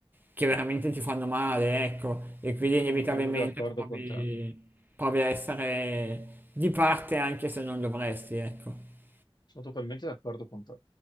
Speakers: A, on the right; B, on the left.
A: che veramente ti fanno male, ecco, e quindi inevitabilmente
B: Sono totalmente d'accordo
A: provi,
B: con te.
A: provi a essere di parte anche se non dovresti, ecco.
B: Sono totalmente d'accordo con te.